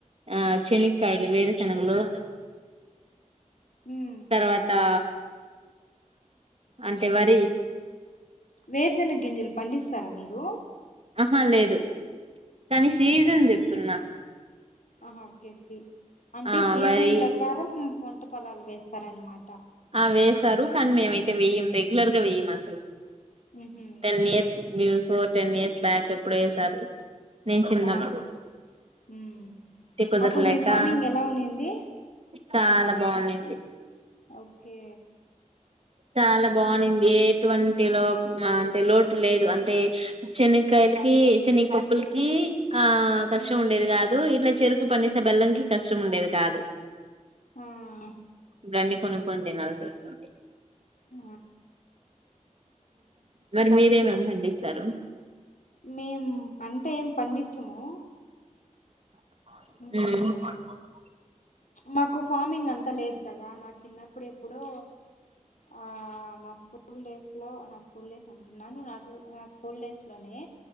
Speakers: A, on the right; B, on the left.
A: ఆ చెనిక్కాయలు, వేరూశనగలు
B: మ్మ్
A: తర్వాతా అంటే వరి
B: వేరుశనగింజలు పండిస్తారా మీరు?
A: ఆహా లేదు కానీ సీజన్ జెప్తున్నా
B: ఆ ఓకే అంటే
A: ఆ
B: సీజన్
A: వరి
B: ప్రకారం పోంట పొలాలు వేస్తారన్నమాట.
A: ఆ వేశారు కానీ మేమైతే వేయం రెగ్యులర్గా వేయమసలు
B: మ్మ్ హ్మ్
A: ten years
B: okay
A: before ten years back ఎప్పుడేసారు. నేను చిన్నప్పుడు
B: ఫార్మింగ్ మ్మ్
A: కుదరలేకా
B: అప్పుడు మీ ఫార్మింగ్ ఎలా ఉనింది
A: చాలా బావుంనింది
B: ఓకే
A: చాలా బావుంనిదే ఎ టోంటిలో అంటే లోటు లేదు అంటే చెన కైలకి చేనకప్పుల్కీ ఆ కష్టముండేది
B: మ్మ్
A: కాదు ఇట్లా చెరుకు పనిస బెల్లం కి కష్టం ఉండేది కాదు.
B: ఆహ్
A: ఇవన్ని కొనుక్కొని తినాల్సోస్తుంది.
B: ఆ
A: మరి మీరేంమేంపండిస్తారు?
B: మేము పంటేం పండించము.
A: మ్
B: మ్మ్ మాకు ఫార్మింగ్ గంతా లేదు కదా నా చిన్నప్పుడేప్పుడో ఆ నా స్కూల్ డేస్లో నా స్కూల్ డేస్ అంటున్నాను నా నా స్కూల్ డేస్లోనే